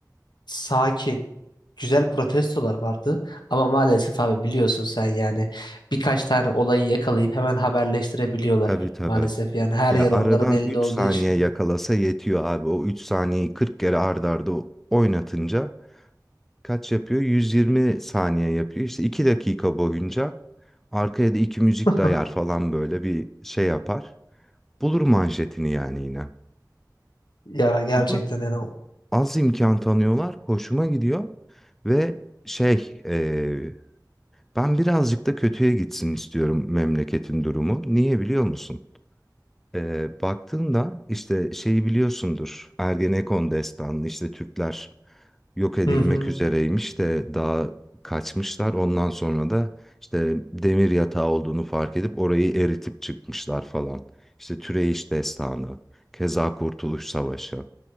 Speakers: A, on the left; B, in the centre.
A: sakin güzel protestolar vardı. Ama maalesef abi biliyorsun sen yani birkaç tane olayı yakalayıp hemen haberleştirebiliyorlar.
B: Tabii tabii.
A: Maalesef yani her
B: Ya
A: yer
B: aradan
A: onların elinde
B: 3
A: olduğu
B: saniye
A: için.
B: yakalasa yetiyor abi. O 3 saniyeyi 40 kere ard arda oynatınca kaç yapıyor? yüz yirmi saniye yapıyor. İşte 2 dakika boyunca arkaya da 2 müzik
A: <laughs>
B: dayar falan böyle bir şey yapar. Bulur manşetini yani yine.
A: Ya gerçekten
B: Ama
A: yani o-
B: az imkan tanıyorlar. Hoşuma gidiyor. Ve şey eee, ben birazcık da kötüye gitsin istiyorum memleketin durumu. Niye biliyor musun? Ee, baktığında işte şeyi biliyorsundur. Ergenekon destanı işte Türkler yok edilmek
A: hı hı.
B: üzereymiş de daha kaçmışlar. Ondan sonra da işte demir yatağı olduğunu fark edip orayı eritip çıkmışlar falan. İşte Türeyiş destanı, keza Kurtuluş Savaşı.